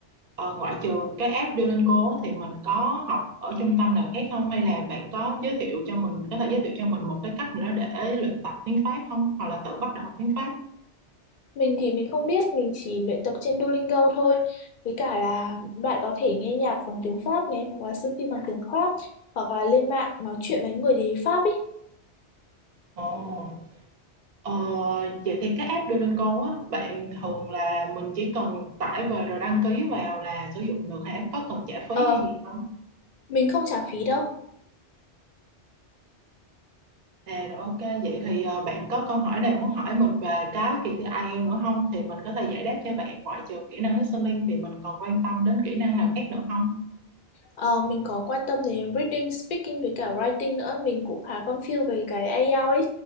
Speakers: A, on the right (about 55°); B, on the left (about 60°).
A: ờ, ngoại trừ cái app Duolingo á, thì mình có học ở trung tâm nào khác không hay là bạn có giới thiệu cho mình có thể giới thiệu cho mình một cái cách nữa để luyện tập tiếng Pháp không hoặc là tự bắt đầu học tiếng Pháp
B: Mình thì mình không biết, mình chỉ luyện tập trên Duolingo thôi. Với cả là bạn có thể nghe nhạc bằng tiếng Pháp này, hoặc là xem phim bằng tiếng Pháp, hoặc là lên mạng nói chuyện với người tiếng Pháp ý.
A: Ồ, ờ, vậy thì cái app Duolingo á, bạn thường là mình chỉ cần tải về rồi đăng ký vào là sử dụng được hả? Có cần trả phí
B: Ờ,
A: hay gì không?
B: mình không trả phí đâu.
A: À, rồi OK, vậy thì, ờ, bạn có câu hỏi nào muốn hỏi mình về cái kỳ thi IELTS nữa không Thì mình có thể giải đáp cho bạn, ngoại trừ kỹ năng listening thì mình còn quan tâm đến kỹ năng nào khác nữa không
B: Ờ, mình có quan tâm đến reading, speaking với cả writing nữa. Mình cũng khá confused về cái IELTS ấy.